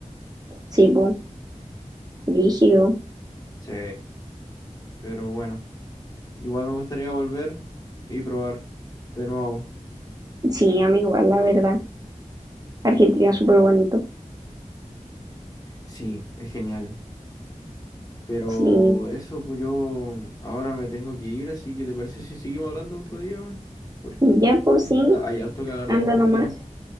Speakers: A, on the right (about 30°); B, on the left (about 30°).
A: Sí, po, rígido.
B: Sí, pero bueno. Igual me gustaría volver y probar de nuevo.
A: Sí, a mí igual, la verdad. Argentina es súper bonito.
B: Sí, es genial. Pero
A: Sí.
B: eso, pues yo ahora me tengo que ir, así que ¿te parece si seguimos hablando otro día, weón? Porque
A: Ya, pues
B: está,
A: sí,
B: hay harto que hablar
A: anda
B: de Argentina.
A: nomás.